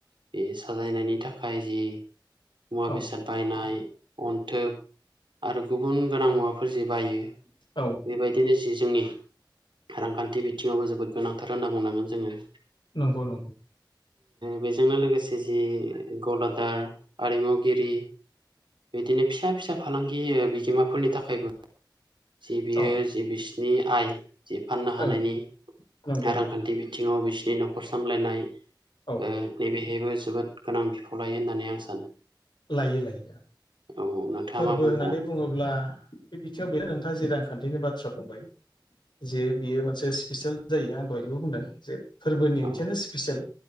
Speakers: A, on the right; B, on the left.
A: बे साजायनायनि थाखाय जि मुवा
B: औ
A: बेसाद
B: ओं
A: बायनाय अन्थोब आरो गुबुन गोनां मुवाफोर जि बायो
B: औ
A: बेबायदिनो जि जोंनि रांखान्थि बिथिङावबो जोबोद गोनांथार होनना बुंनांगोन जोंङो
B: नंगौ नंगौ।
A: बेजोंनो लोगोसे जि गलादार आरिमुगिरि बिदिनो फिसा फिसा फालांगि बिगोमाफोरनि थाखायबो जि बियो
B: औ
A: जे बिसिनि आइ जि फाननो हानायनि
B: ओं नंगौ
A: रांखान्थि बि बिथिङाव बिसिनि न'खर सामलायनाय
B: औ
A: ओ नैबे बेबो जोबोद गोनां बिफाव लायो होननानै आं सानो
B: लायो लायो
A: औ नोंथाङा
B: फोरबो
A: मा बुंबावगोन
B: होननानै बुङोब्ला बे बिथिङाव बेनो नोंथां जि रांखान्थिनि बाथ्रा बुंबाय जे बियो मोनसे स्पिसियेल जायो आंबो बिदिबो बुंदों जे फोरबोनि ओंथियानो
A: औ
B: स्पिसियेल